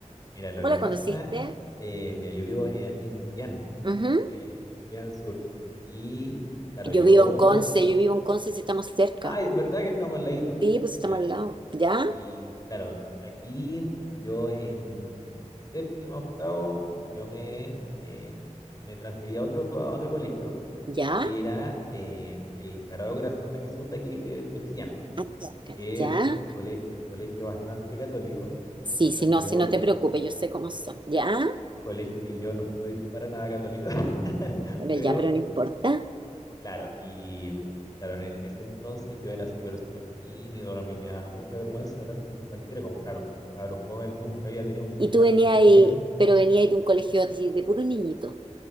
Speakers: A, on the left; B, on the right.
A: mira,
B: ¿Cómo
A: lo que
B: la
A: pasa,
B: conociste?
A: eh, mira, yo vivo eh, aquí en Chillán,
B: Ujú.
A: eh, bien al sur, y claro,
B: Yo
A: yo,
B: vivo en Conce, yo vivo en Conce si estamos cerca.
A: ay, es verdad que estamos al ladito,
B: Sí, pues estamos
A: ya,
B: al lado. ¿Ya?
A: y claro, aquí yo en séptimo, octavo, yo me, eh, me transferí a otro, a otro colegio,
B: ¿Ya?
A: que era eh, el Sagrado Corazón de Jesús de aquí, de, de Chillán.
B: Ah, ya, Cari,
A: es
B: ¿ya?
A: cole- colegio bastante católico,
B: Sí,
A: cosa
B: si
A: que
B: no,
A: yo,
B: si no te preocupes, yo sé cómo son. ¿Ya?
A: colegio que yo no soy para nada católico, <laughs>
B: Bueno,
A: pero
B: ya, pero no importa.
A: claro, y claro, en, en ese entonces yo era súper, súper tímido, no, a mí me daba mucha vergüenza hablar con cualquiera, como claro, con cabros joven, nunca había tenido un contacto
B: Y tú venías
A: femenino.
B: ahí, pero venías de un colegio de, de puros niñitos,